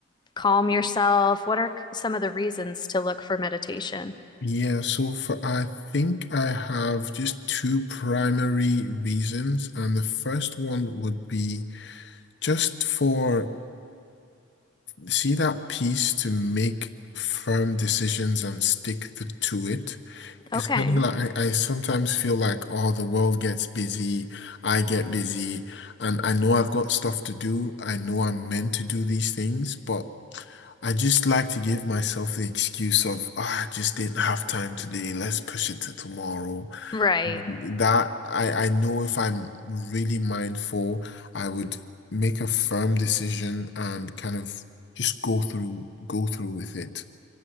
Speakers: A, on the left (about 25°); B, on the left (about 60°).
A: calm yourself? What are some of the reasons to look for meditation?
B: Yeah, so for I think I have just two primary reasons, and the first one would be just for see that piece to make firm decisions and stick the, to it.
A: Okay.
B: It's kind of like I, I sometimes feel like, oh, the world gets busy, I get busy, and I know I've got stuff to do. I know I'm meant to do these things, but I just like to give myself the excuse of, ah, I just didn't have time today. Let's push it to tomorrow.
A: Right.
B: That I, I know if I'm really mindful, I would make a firm decision and kind of just go through go through with it.